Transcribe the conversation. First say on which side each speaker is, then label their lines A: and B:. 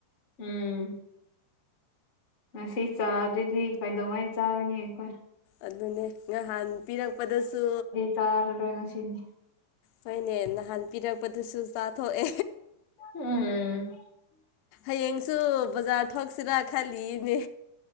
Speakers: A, on the left (about 40°); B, on the left (about 85°).
A: ꯎꯝ ꯉꯁꯤ ꯆꯥꯗ꯭ꯣꯏꯗꯤ ꯀꯥꯏꯗꯧꯉꯩ ꯆꯥꯕꯅꯤ ꯑꯩꯈꯣꯏ
B: ꯑꯗꯨꯅꯦ ꯉꯍꯥꯟ ꯄꯤꯔꯛꯄꯗꯁꯨ
A: ꯆꯥꯔ꯭ꯔꯣ ꯉꯁꯤꯗꯤ
B: ꯍꯣꯏꯅꯦ ꯅꯍꯥꯟ ꯄꯤꯔꯛꯄꯗꯨꯁꯨ ꯆꯥꯊꯣꯛꯑꯦ
A: ꯎꯝ
B: ꯍꯌꯦꯡꯁꯨ ꯕꯖꯥꯔ ꯊꯣꯛꯁꯤꯔꯥ ꯈꯜꯂꯤꯌꯦꯅꯦ